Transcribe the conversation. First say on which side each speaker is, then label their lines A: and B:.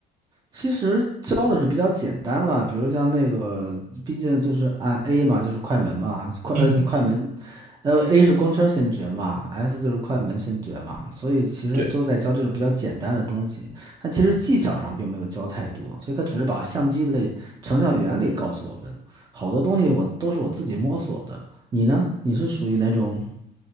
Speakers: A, on the right; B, on the right.
A: 其实教的是比较简单了，比如像那个，毕竟就是按 A 嘛，就是快门嘛，快呃快门，
B: 嗯，
A: 呃 A 是光圈先决嘛，S 就是快门先决嘛，所以其实都在教这种比较简单的东西，
B: 对。
A: 但其实技巧上并没有教太多，所以他只是把相机的成像原理告诉我们，好多东西我都是我自己摸索的。
B: 嗯
A: 你呢？你是属于哪种